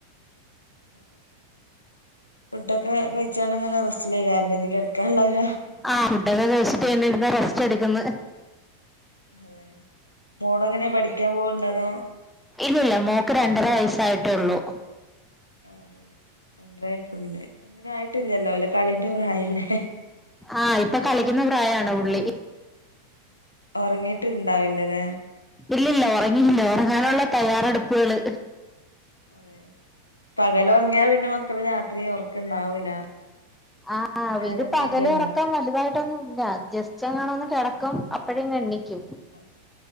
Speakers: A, on the left; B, in the centre.
A: ഓക്കെ. ഫുഡൊക്കെ കയിച്ചാണ്ട്ങ്ങനെ റെസ്റ്റിലായ്ക്കാരലെ ഇഞ്ഞ് കെടക്കാള്ളൊരു
B: ആഹ് ഫുഡൊക്കെ കഴിച്ചിട്ട് ഇങ്ങനിരുന്ന് റസ്റ്റെട്ക്ക്‌ന്ന്.
A: അതെ മോളെങ്ങനെയാ പഠിക്കാൻ പോവ്ണ്ടോ? അതോ?
B: ഇല്ലില്ല മോക്ക് രണ്ടര വയസ്സായിട്ടേള്ളൂ
A: അതെ രണ്ടാരയിട്ടൊള്ളു ലെ ഒന്നിനു <unintelligible> ആയിട്ടില്ലല്ലോ അല്ലെ കളിന്റെ പ്രായല്ലേ
B: ആഹ് ഇപ്പൊ കളിക്കുന്ന പ്രായാണ് പുള്ളി
A: ഒറങ്ങിട്ട് ണ്ടാവില്ലല്ലേ
B: ഇല്ലില്ല ഒറങ്ങിയില്ല ഒറങ്ങാനുള്ള തയ്യാറെടുപ്പുകള്
A: അതെ പകലൊറങ്ങിയാ പിന്നെ മക്കള് രാത്രി ഒറക്കണ്ടാവൂല
B: ആഹ്
A: നേരം
B: ഇത് പകല്
A: വൈകുവല്ലോ
B: ഒറക്കം വലുതായിട്ട് ട്ടൊന്നുല്ല ജസ്റ്റ് എങ്ങാണം ഒന്ന് കിടക്കും അപ്പഴേങ് എണീക്കും
A: അത